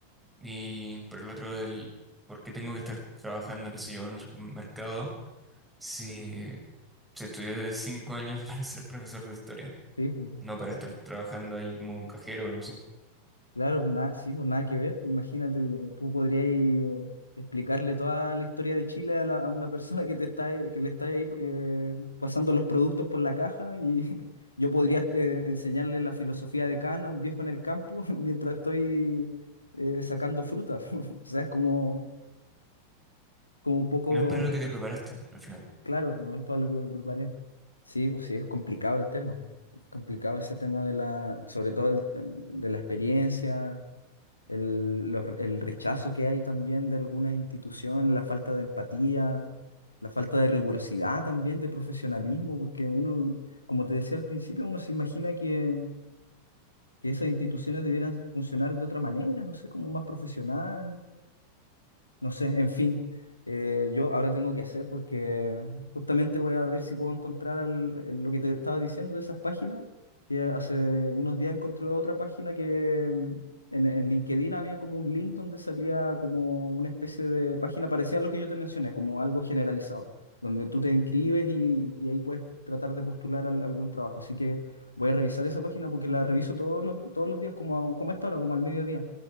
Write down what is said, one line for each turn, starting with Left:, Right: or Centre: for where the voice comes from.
Centre: y por el otro, el por qué tengo que estar trabajando, qué sé yo, en un supermercado si se estudió de cinco años <laughs> para ser profesor de historia.
Left: Sí, pues,
Centre: no para estar trabajando ahí como cajero o algo así.
Left: Claro, pues nada, sí, pues nada que ver. Pues imagínate, eh, tú podrías explicarle toda la historia de Chile a, la- a una persona que te está, eh, que le está ahí eh, pasando los productos por la caja y <laughs> yo podría eh, enseñarle la filosofía de Kant a un viejo en el campo <laughs> mientras estoy eh, sacando fruta. <laughs> O sea, es como, como un poco,
Centre: No es para lo que te preparaste al final.
Left: claro, pues no es para lo que me preparé. Sí, pues sí, es complicado el tema. Es complicado ese tema de la, sobre todo el- eh, de la experiencia el, los- el rechazo que hay también de algunas instituciones, la falta de empatía, la falta de rigurosidad también, de profesionalismo, porque uno, como te decía al principio, uno se imagina que, que esas instituciones debieran funcionar de otra manera, no sé, como más profesional, no sé, en fin, eh, yo ahora tengo que hacer porque justamente voy a ver si puedo encontrar al- el- lo que te estaba diciendo de esas páginas, que hace unos días encontré otra página que mm, en, en LinkedIn había como un link donde salía como una especie de página parecida a lo que yo te mencioné, como algo generalizado, donde tú te inscribes y, y ahí puedes tratar de postular al- algún trabajo. Así que voy a revisar esa página porque la reviso todos los, todos los días, como, a- como a esta hora, como al mediodía.